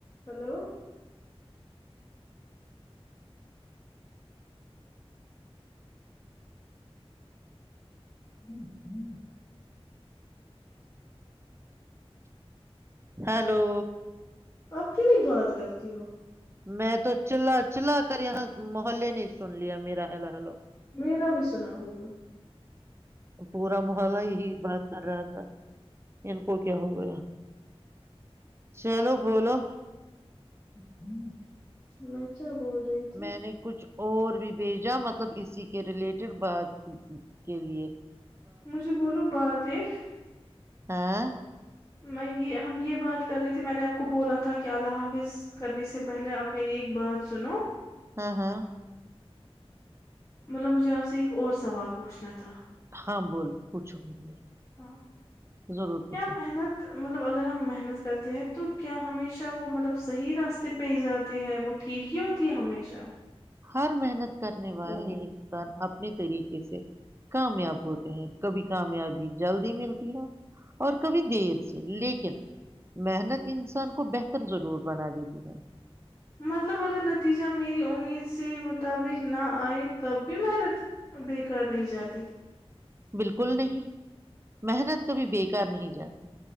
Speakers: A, on the left; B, on the right.
A: Hello ہوں ہوں
B: hello
A: آپ کیوں نہیں بات کرتی ہو
B: میں تو چلہ چلا کر یہاں سے محلے نہیں سن لیا میرا حل حلو
A: میرا بھی سنا ہوگا
B: پورا محلہ ہی بات کر رہا تھا ان کو کیا ہو گیا چلو بولو
A: ہ نہیں کیا بول رہی تھی
B: میں نے کچھ اور بھی بھیجا مطلب اسی کے ریلیٹڈ بات کے لیے
A: مجھے بولو بات ایک
B: آاں
A: میں یہ ہم یہ بات کر رہے تھے میں نے آپ کو بولا تھا کہ اللہ حافظ کرنے سے پہلے آپ میری ایک بات سنو
B: ہاں ہاں
A: مطلب مجھے آپ سے ایک اور سوال پوچھنا تھا
B: ہاں بولو پوچھو مجھے
A: ہ
B: ضرور پوچھو
A: کیا محنت مطلب اگر ہم محنت کرتے ہیں تو کیا ہمیشہ وہ مطلب صحیح راستے پہ ہی جاتے ہیں وہ ٹھیک ہی ہوتی ہے ہمیشہ
B: ہر محنت کرنے والے
A: ہ
B: انسان اپنے طریقے سے کامیاب ہوتے ہیں کبھی کامیابی جلدی ملتی ہے اور کبھی دیر سے لیکن محنت انسان کو بہتر ضرور بنا دیتی ہے
A: مطلب اگر نتیجہ میری امید سے مطابق نہ آئے تب بھی محنت بےیکار نہیں جاتی
B: بالکل نہیں محنت کبھی بےیکار نہیں جاتی